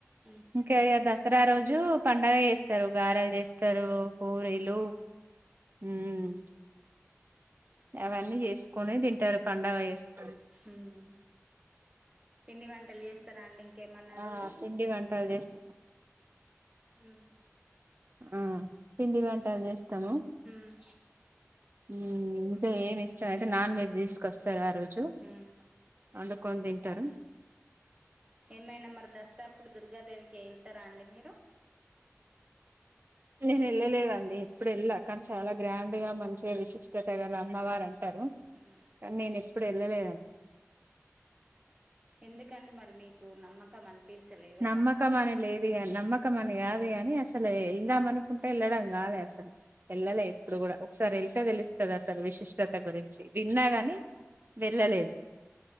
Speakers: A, on the right; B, on the right.
A: ఉమ్
B: ఇంకా దసరా రోజు పండగ చేస్తారు గారాలు చేస్తారు పూరీలు మ్ అవన్నీ చేసుకొని తింటారు పండగ చేసుకని
A: ఉమ్ పిండి వంటలు చేస్తారా అండి ఇంకేమన్నా
B: ఆ
A: రోజు
B: పిండి వంటలు చేస్త
A: ఉమ్
B: ఆ పిండి వంటలు చేస్తాము
A: ఉమ్
B: ఉమ్ ఏమి ఇష్టం అయితే నాన్ వెజ్ తీసుకొస్తారు ఆ రోజు
A: ఉమ్
B: వండుకొని తింటారు.
A: ఏమైనా మరి దసరా అప్పుడు దుర్గాదేవికి వెళ్తారా అండి మీరు
B: నేను వెళ్ళలేదండి ఎప్పుడు వెళ్ళా కానీ చాలా గ్రాండ్ గా మంచిగా విశిష్టత గల అమ్మవారంట
A: ఉమ్
B: కాని నేను ఎ ఎప్పుడు ఎల్లాలె
A: ఎందుకండి మరి మీకు నమ్మకం అనిపించలేదా
B: నమ్మకం
A: మరి
B: అనేది లేదు కాని నమ్మకం అని కాదు గాని అస లే వెళ్దాం మనకుంటే ఎల్లడ రాలే అసలు వెళ్ళలే ఎప్పుడు కూడా ఒకసారి వెళ్తే తెలుస్తది అసలు విశిష్టత గురించి విన్నాగాని వెళ్ళలేదు.